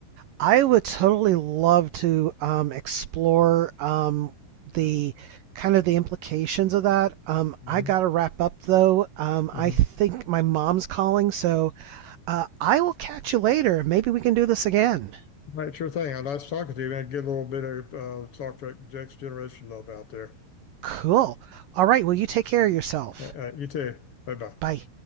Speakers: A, on the right (about 85°); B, on the left (about 60°).
A: I would totally love to um, explore um, the kind of the implications of that. Um,
B: hmm
A: I gotta wrap up though. Um,
B: hmm
A: I think my mom's calling, so uh, I will catch you later. Maybe we can do this again.
B: Right, sure thing. I Nice talking to you, man. Get a little bit of uh, Star Trek Next Generation love out there.
A: Cool. All right. Well, you take care of yourself.
B: Uh, uh, you too. Bye bye.
A: Bye.